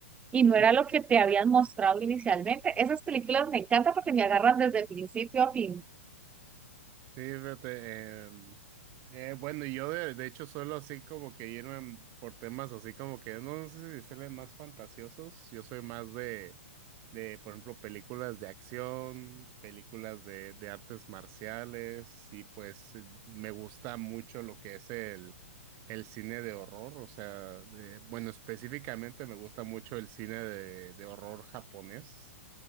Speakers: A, on the right; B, on the right.
A: y no era
B: <laughs>
A: lo que te habían mostrado inicialmente. Esas películas me encantan porque me agarran desde principio a fin.
B: Sí, fíjate, em, Eh, bueno, y yo de, de hecho suelo así como que irme por temas así como que no no sé si decirle más fantasiosos. Yo soy más de, de, por ejemplo, películas de acción, películas de, de artes marciales y pues eh, me gusta mucho lo que es el, el cine de horror. O sea, de- bueno, específicamente me gusta mucho el cine de, de horror japonés.